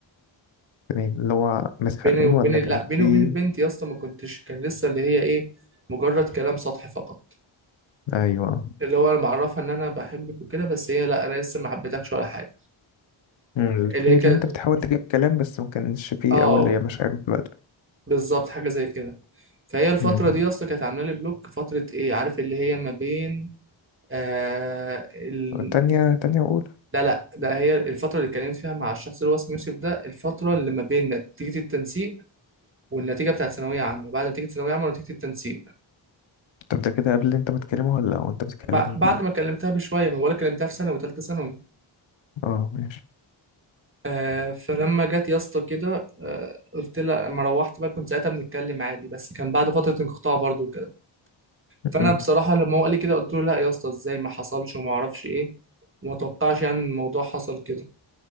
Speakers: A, on the left (about 65°); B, on the right (about 25°).
A: تاني اللي هو متخانقين
B: بيني وبين
A: ولا
B: لا
A: كان
B: بيني
A: في
B: وبين البنت يا اسطى ما كنتش كان لسه اللي هي ايه مجرد كلام سطحي فقط
A: ايوه
B: اللي هو انا معرفها ان انا بحبك وكده بس هي لا انا لسه ما حبيتكش ولا حاجه
A: مم.
B: اللي
A: في
B: هي كانت
A: اللي انت بتحاول تجيب كلام بس ما كانش فيه
B: اه
A: أو اللي هي مشاعر بتبادل
B: بالظبط حاجه زي كده فهي الفترة
A: مم.
B: دي أصلا كانت عاملة لي بلوك فترة إيه عارف اللي هي ما بين آه ال...
A: تانية تانية وأولى
B: لا لا ده هي الفترة اللي اتكلمت فيها مع الشخص اللي هو اسمه يوسف ده الفترة اللي ما بين نتيجة التنسيق والنتيجة بتاعت ثانوية عامة بعد نتيجة ثانوية عامة ونتيجة التنسيق
A: طب ده كده قبل اللي انت بتكلمها ولا وانت بتكلمها؟
B: ب... بعد ما كلمتها بشوية ما بقولك كلمتها في ثانوي وثالثة ثانوي
A: اه ماشي
B: آه فلما جت يا اسطى كده آه قلت لها لما روحت بقى كنت ساعتها بنتكلم عادي بس كان بعد فترة انقطاع برضو فانا
A: مم.
B: بصراحه لما هو قال لي كده قلت له لا يا اسطى ازاي ما حصلش وما اعرفش ايه وما توقعش يعني إن الموضوع حصل كده